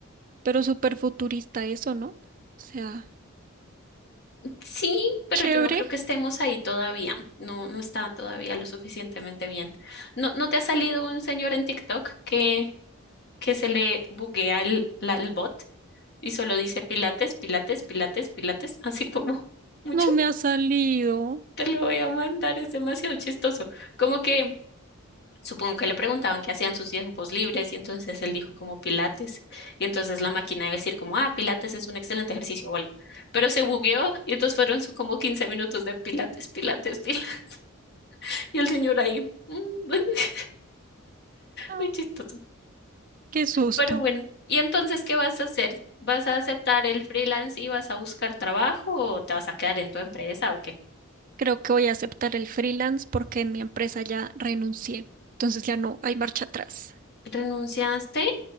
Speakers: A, on the right; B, on the left.
A: Pero súper futurista eso, ¿no? O sea,
B: Sí, pero
A: chévere.
B: yo no creo que estemos ahí todavía. No, no está todavía lo suficientemente bien. ¿No, no te ha salido un señor en TikTok que, que se le buguea el, la- el bot y solo dice pilates, pilates, pilates, pilates? Así como <laughs> mucho.
A: No me ha salido.
B: Te lo voy a mandar, es demasiado chistoso. Como que Supongo que le preguntaban qué hacían sus tiempos libres y entonces él dijo como Pilates. Y entonces la máquina iba a decir como, ah, Pilates es un excelente ejercicio o algo. Pero se bugueó y entonces fueron su- como 15 minutos de Pilates, Pilates, Pilates. <laughs> Y el señor ahí, mm, <laughs>
A: No,
B: muy chistoso.
A: qué susto.
B: Pero bueno, ¿y entonces qué vas a hacer? ¿Vas a aceptar el freelance y vas a buscar trabajo o te vas a quedar en tu empresa o qué?
A: Creo que voy a aceptar el freelance porque en mi empresa ya renuncié. Entonces ya no hay marcha atrás.
B: ¿Renunciaste?